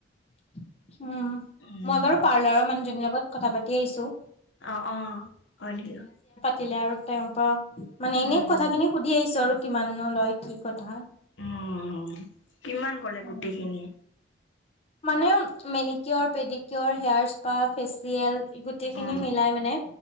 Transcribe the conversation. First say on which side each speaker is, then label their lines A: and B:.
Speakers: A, on the left; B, on the left.
A: উ <unintelligible> উম
B: উম
A: মই বাৰু পাৰ্লাৰৰ মানুহজনীৰ লগত কথা পাতি আহিছো।
B: অ অ হয় নেকি।
A: দিলে আৰু তেওঁৰ পৰা মানে এনে
B: উম
A: কথাখিনি সুধি আহিছো আৰু কিমানো লয় কি কথা।
B: উম কিমান কলে
A: উম
B: গোটেইখিনি।
A: মানে মেনিকিৰ পেডিকৰ হেয়াৰছ বা ফেচিয়েল। গোটেই খিনি
B: উম
A: মিলাই মানে